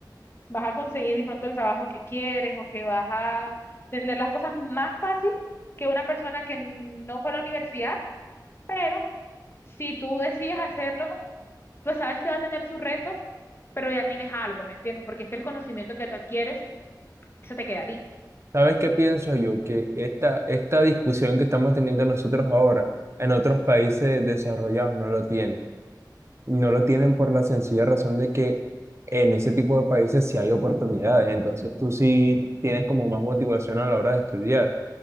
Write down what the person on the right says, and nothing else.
¿Sabes qué pienso yo? Que esta, esta discusión que estamos teniendo nosotros ahora en otros países desarrollados no lo tiene. No lo tienen por la sencilla razón de que en ese tipo de países sí hay oportunidades, entonces tú sí tienes como más motivación a la hora de estudiar.